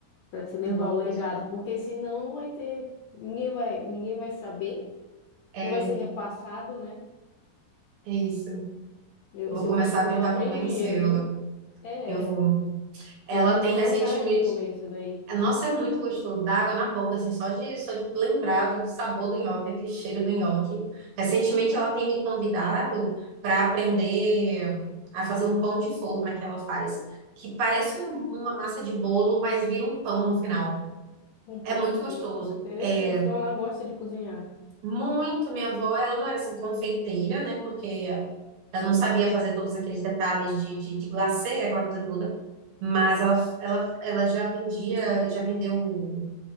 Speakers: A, on the left; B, on the right.
A: para te levar
B: Eu vou
A: o
B: pedir.
A: legado, porque senão não vai ter, ninguém vai, ninguém vai saber,
B: É,
A: não vai ser
B: é
A: repassado, né?
B: isso.
A: Eu,
B: Vou
A: se
B: começar
A: eu fosse tu,
B: a tentar
A: eu aprendia,
B: convencê-la.
A: viu? É,
B: Eu vou.
A: é, que
B: Ela
A: me
B: tem
A: deu
B: recentemente.
A: vontade de comer isso daí.
B: Nossa, é muito gostoso. Dá água na boca, assim, só de, só de lembrar do sabor do nhoque, aquele cheiro do nhoque. Recentemente ela tem me convidado para aprender a fazer um pão de forma que ela faz, que parece um- uma massa de bolo, mas vira um pão no final.
A: Um
B: É
A: pão
B: muito
A: no
B: gostoso.
A: final. Interessante.
B: É
A: Então ela gosta de cozinhar.
B: muito. Minha avó, ela não era assim confeiteira, né? Porque ela não sabia fazer todos aqueles detalhes de, de, de glacê, aquela coisa toda. Mas ela, ela, ela já vendia, já vendeu.